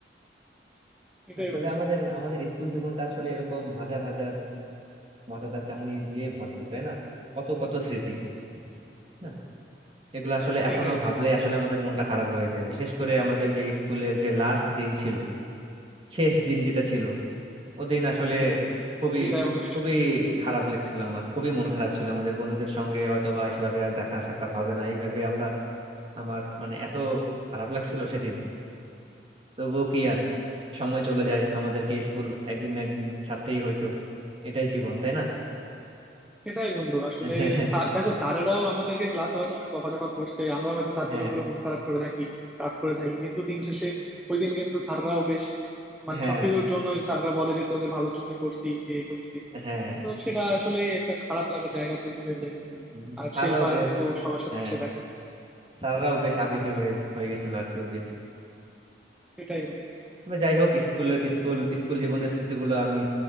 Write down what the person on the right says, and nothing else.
আসলে
আমাদের আমাদের স্কুল জীবনটা আসলে এরকম হাজার হাজার মজাদার কাহিনী দিয়ে ভরপুর তাই না কত কত স্মৃতি হ্যাঁ এগুলো আসলে
এখনো
ভাবলে আসলে আমাদের মনটা খারাপ হয়ে যায় বিশেষ করে আমাদের যে স্কুলের যে লাস্ট দিন ছিল শেষ দিন যেটা ছিল ওদিন আসলে
খুবই
খুবই খারাপ লাগছিল আমার খুবই মন খারাপ ছিল আমাদের বন্ধুদের সঙ্গে হয়তো বা সেভাবে আর দেখা সাক্ষাৎ হবে না এইভাবে আমরা আমার মানে এত খারাপ লাগছিল সেদিন তবুও কি আর সময় চলে যায় আমাদেরকে স্কুল একদিন না একদিন ছাড়তেই হয়তো এটাই জীবন তাই না
<laughs>
হ্যাঁ
হ্যাঁ
হ্যাঁ হ্যাঁ
উম,
স্যাররাও
বেশ
হ্যাঁ
স্যাররাও বেশ আবেগী হয়ে হয়ে গেছিল আর কি ওই দিন
তবে যাই হোক স্কুলের
স্কুল স্কুল জীবনের স্মৃতিগুলো আমি